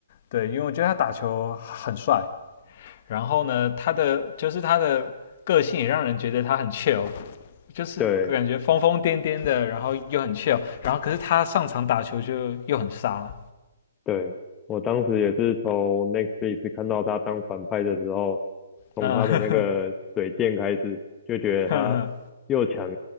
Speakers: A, on the left; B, on the left.
A: 对，因为我觉得他打球很帅，然后呢，他的就是他的个性也让人觉得他很 chill，就是感觉疯疯癫癫的，
B: 对。
A: 然后又很 chill，然后可是他上场打球就又很杀，
B: 对，我当时也是从 Netflix 看到他当反派的时候，从他的那个嘴贱开始，
A: 嗯，
B: 就觉得他又强，
A: <laughs> 呵呵